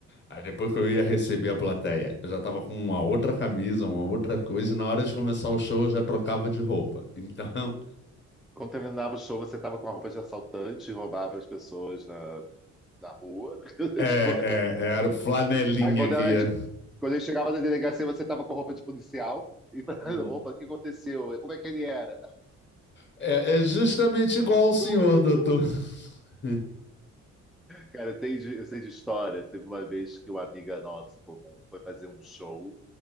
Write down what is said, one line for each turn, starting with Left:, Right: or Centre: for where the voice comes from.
Left: Aí depois que eu ia receber a plateia, eu já estava com uma outra camisa, uma outra coisa, e na hora de começar o show eu já trocava de roupa. Então.
Centre: Quando terminava o show, você tava com a roupa de assaltante e roubava as pessoas na, na rua. <laughs>
Left: É, é,
Centre: Tipo,
Left: é, era o flanelinha
Centre: Aí quando
Left: que
Centre: ela,
Left: ia.
Centre: tipo, quando ele chegava na delegacia, você tava com roupa de policial. E, <laughs>
Left: Hum.
Centre: opa, o que aconteceu? Como é que ele era?
Left: É, é justamente igual ao senhor,
Centre: <laughs>
Left: doutor. <laughs>
Centre: Cara, tem de- eu sei de história. Teve uma vez que uma amiga nossa em comum foi fazer um show